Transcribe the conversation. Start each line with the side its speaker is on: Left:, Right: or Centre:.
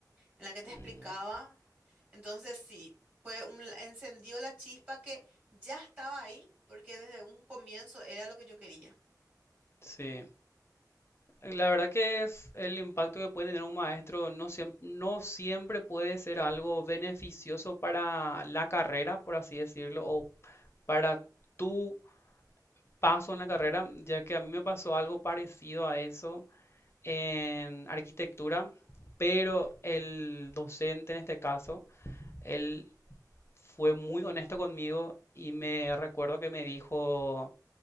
Right: en la que te
Left: mm,
Right: explicaba. Entonces sí, fue un, encendió la chispa que ya estaba ahí porque desde un comienzo era lo que yo quería.
Left: sí. La verdad que es el impacto que puede tener un maestro, no siempre, no siempre puede ser algo beneficioso para la carrera, por así decirlo, o para tu paso en la carrera, ya que a mí me pasó algo parecido a eso en arquitectura, pero el docente en este caso, él fue muy honesto conmigo y me recuerdo que me dijo,